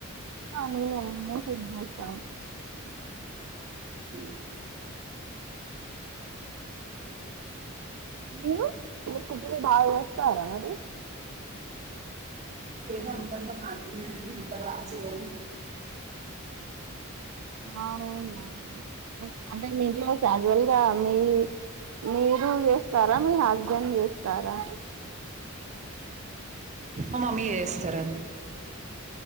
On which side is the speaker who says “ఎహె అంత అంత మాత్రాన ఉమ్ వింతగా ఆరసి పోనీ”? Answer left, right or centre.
Right